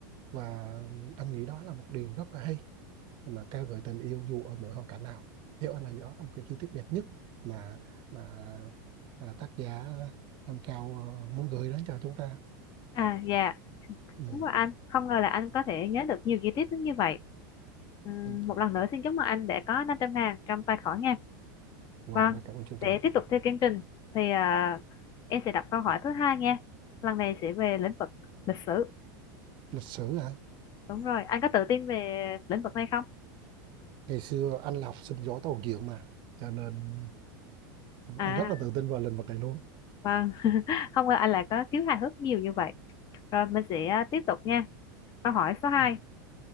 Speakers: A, on the right; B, on the left.
A: và anh nghĩ đó là một điều rất là hay mà ca ngợi tình yêu dù ở mỗi hoàn cảnh nào theo anh là đó là một cái chi tiết đẹp nhất mà mà à, tác giả Nam Cao ờ, muốn gửi đến cho chúng ta
B: à dạ
A: ừ.
B: đúng rồi anh không ngờ là anh có thể nhớ được nhiều chi tiết đến như vậy Ừm,
A: ừ.
B: một lần nữa xin chúc mừng anh đã có 500 ngàn trong tài khoản nha
A: Wow,
B: Vâng,
A: rất cảm ơn chương
B: để
A: trình
B: tiếp tục theo chương trình thì à, em sẽ đọc câu hỏi thứ hai nha. Lần này sẽ về lĩnh vực lịch sử.
A: lịch sử hả
B: Đúng rồi, anh có tự tin về lĩnh vực này không?
A: ngày xưa anh là học sinh giỏi tàu diện mà cho nên
B: À,
A: anh rất là tự tin vào lĩnh vực này luôn
B: vâng, <laughs> không ngờ anh lại có khiếu hài hước nhiều như vậy. Rồi mình sẽ à, tiếp tục nha. Câu hỏi số hai
A: ừ.